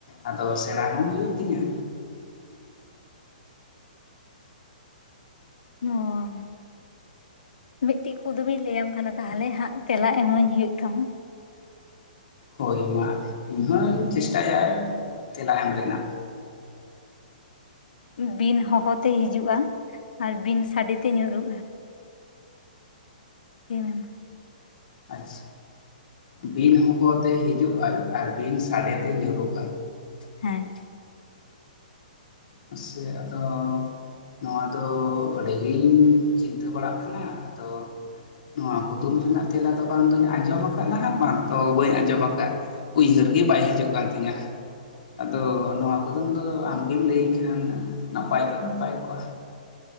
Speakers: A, on the left; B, on the left.
A: ᱟᱫᱚ ᱥᱮᱬᱟ ᱦᱚᱸ ᱦᱩᱭᱩᱜ ᱛᱤᱧᱟᱹ
B: ᱦᱳᱸ ᱢᱤᱫᱴᱤᱡ ᱠᱩᱫᱩᱢ ᱤᱧ ᱞᱟᱹᱭᱟᱢ ᱠᱟᱱᱟ ᱛᱟᱦᱚᱞᱮ ᱦᱟᱸᱜ ᱛᱮᱞᱟ ᱮᱢᱟᱹᱧ ᱦᱩᱭᱩᱜᱳᱜ ᱛᱟᱢᱟ
A: ᱦᱳᱭ ᱢᱟ ᱤᱧᱦᱳᱧ ᱪᱮᱥᱴᱟᱭᱟ ᱛᱮᱞᱟ ᱮᱢ ᱨᱮᱱᱟᱜ
B: ᱵᱤᱱ ᱦᱚᱦᱳ ᱛᱮ ᱦᱤᱡᱩᱜᱼᱟ ᱟᱨ ᱵᱤᱱ ᱥᱟᱰᱮ ᱛᱮ ᱧᱩᱨᱩᱜᱼᱟ ᱞᱟᱹᱭᱢᱮ ᱢᱟ
A: ᱟᱪᱪᱷ ᱵᱤᱱ ᱦᱚᱦᱳ ᱛᱮ ᱦᱤᱡᱩᱜᱼᱟᱭ ᱟᱨ ᱵᱤᱱ ᱥᱟᱰᱮᱛᱮ ᱧᱩᱨᱩᱜ ᱟᱭ
B: ᱦᱮᱸ
A: ᱢᱟ ᱥᱮᱜ ᱟᱫᱚᱻᱻ ᱱᱚᱣᱟ ᱫᱚ ᱟᱹᱰᱤᱜᱤᱧ ᱪᱤᱱᱛᱟᱹ ᱵᱟᱲᱟᱜ ᱠᱟᱱᱟ ᱟᱫᱚ ᱱᱚᱣᱟ ᱠᱩᱫᱩᱢ ᱨᱮᱱᱟᱜ ᱛᱮᱞᱟ ᱫᱚ ᱵᱟᱝ ᱫᱚᱞᱤᱧ ᱟᱸᱡᱚᱢ ᱟᱠᱟᱫ ᱦᱟᱸᱜ ᱵᱟᱝ ᱫᱚ ᱵᱟᱹᱧ ᱟᱸᱡᱚᱢ ᱟᱠᱟᱫ ᱩᱭᱦᱟᱹᱨ ᱜᱮ ᱵᱟᱭ ᱦᱤᱡᱩᱜ ᱠᱟᱱ ᱛᱤᱧᱟ ᱟᱫᱚ ᱱᱚᱣᱟ ᱠᱩᱫᱩᱢ ᱫᱚ ᱟᱢᱜᱮᱢ ᱞᱟᱹᱭ ᱦᱮᱸᱱᱟᱝ ᱱᱟᱯᱟᱭ ᱠᱚᱜᱼ ᱱᱟᱯᱟᱭ ᱠᱚᱜᱼᱟ ᱥᱮ